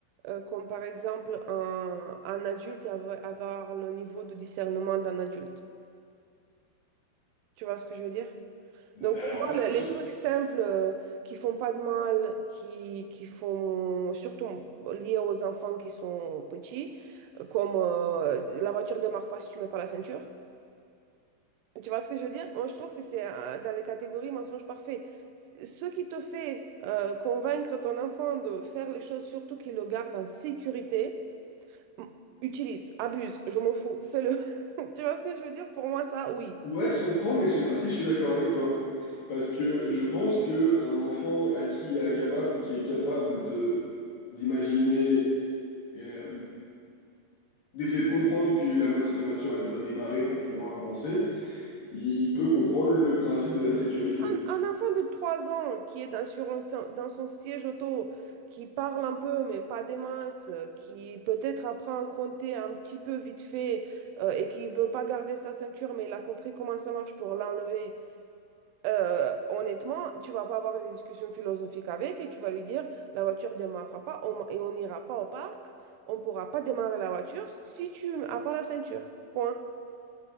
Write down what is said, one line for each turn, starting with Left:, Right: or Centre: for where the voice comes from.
Right: euh, comme, par exemple, un, un adulte et avoir, avoir le niveau de discernement d'un adulte. Tu vois ce que je veux dire? Donc,
Left: Alors
Right: pour moi,
Left: là,
Right: le-
Left: je-
Right: les trucs simples euh, qui font pas de mal, qui, qui font surtout liés aux enfants qui sont petits, euh, comme euh, la voiture démarre pas si tu mets pas la ceinture, Tu vois ce que je veux dire? Moi, je trouve que c'est euh, dans les catégories mensonge parfait. Ce qui te fait euh, convaincre ton enfant de faire les choses, surtout qu'il le garde en sécurité, m- utilise, abuse, je m'en fous, fais-le. <laughs> Tu vois ce que je veux dire? Pour moi, ça, oui.
Left: ouais, je comprends, mais je sais pas si je suis d'accord avec toi. Parce que je pense que un enfant à qui elle est capable, qui est capable de d'imaginer, euh, d'essayer de comprendre que la, moitié- la voiture, elle doit démarrer pour pouvoir avancer, il peut comprendre le principe de la sécurité.
Right: Un, un enfant de 3 ans qui est dans, sur un si- dans son siège auto, qui parle un peu, mais pas des masses, euh, qui peut-être apprend à compter un petit peu vite fait euh, et qui veut pas garder sa ceinture, mais il a compris comment ça marche pour l'enlever. Euh, honnêtement, tu vas pas avoir des discussions philosophiques avec et tu vas lui dire la voiture démarrera pas on- et on n'ira pas au parc, on pourra pas démarrer la voiture si tu n'as pas la ceinture. Point.